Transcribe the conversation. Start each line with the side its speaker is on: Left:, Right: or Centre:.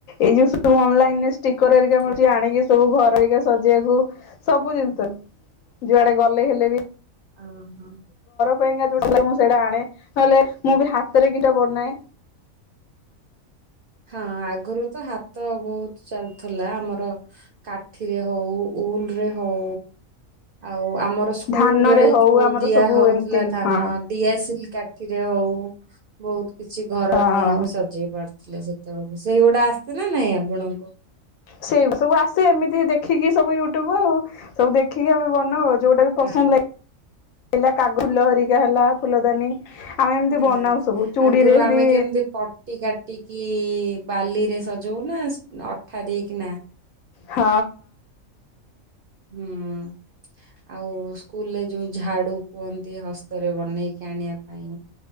Left: ଏଇ ଯୋଉ ଯଉ ଅନଲାଇନ୍ ଷ୍ଟିକ କର ହେରିକା
Right: ହଁ
Left: ମିଳୁଛି ଆଣିକି ସବୁ ଘରେ। ସଜେଇିବାକୁ ସବୁ ଜିନିଷ ଯୁଆଡେ ଗଲେ ହେଲେ ବି
Right: ହଁ ହଁ।
Left: ପାଇଁ କା ଯୋଉଟା ମୁଁ ସେଇଟା ଆଣେ ନହେଲେ ମୁଁ ବି ହାତରେ କେଟା ବନାଏ।
Right: ହଁ ଆଗରୁ ତ ହାତ ବହୁତ ଚାଲୁଥିଲା ଆମର କାଠିରେ ହଉ ଉଲ ରେ ହଉ ଆ ଆଉ ଆମର ସ୍କୁଲ
Left: ଧାନରେ
Right: ବେଳେ
Left: ହଉ
Right: ଯୋଉ
Left: ଆମର
Right: ଦିଆ
Left: ସବୁ
Right: ହଉଥିଲା
Left: ଏମିତି
Right: ଧାନ
Left: ହଁ
Right: ଡିଆସିଲ କାଠ ଥିରେ ହଉ ବହୁତ। କିଛି ଘର
Left: ହଁ
Right: ପାଇଁ ଆମେ ସଜେଇ ପାରୁ ଥିଲେ ସେତେବେଳକୁ ସେଇଗୁଟା ଆସିଥିଲା ନାଇଁ ଆପଣଙ୍କୁ।
Left: ସେଇଆକୁ ସବୁ ଆସେ ଏମିତି ଦେଖିକି ସବୁ ୟୁଟ୍ୟୁବ ସବୁ ଦେଖିକି ଆମେ ବନାଉ ଯେଉଟା ବି
Right: ହଁ
Left: ପସନ୍ଦ ଲାଗେ। ପିଲା କାଗୁ ଲହରିକା ହେଲା ଫୁଲଦାନୀ। ଆମେ ଏମିତି
Right: ହଁ
Left: ବନାଉ ସବୁ ଚୁଡିରେ
Right: ଆଗରୁ ଆମେ
Left: ବି
Right: କେମିତି ପଟି କାଟିକି ବାଲିରେ ସଜଉ ନା ନଟ ଅଠାଦେଇ କିନା
Left: ହଁ।
Right: ହୁଁ ଆଉ ସ୍କୁଲରେ ଯୋଉ ଝାଡୁ କୁହନ୍ତି ହସ୍ତରେ ବନେଇକି ଆଣିବା ପାଇଁ